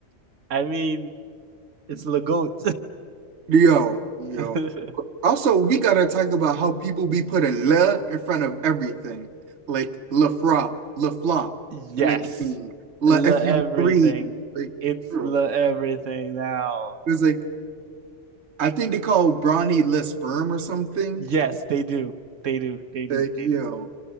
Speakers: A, on the right; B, on the right.
A: mean, it's Le goat.
B: Yo, yo.
A: <laughs>
B: Also, we gotta talk about how people be putting le in front of everything. Like le frop, le flop,
A: Yes.
B: le king, le
A: Le
B: FU3.
A: everything.
B: Like,
A: It's
B: bro.
A: le everything now.
B: it's like, I think they call Bronny le sperm or something.
A: Yes, they do. They do. They do.
B: Like,
A: They
B: yo,
A: do.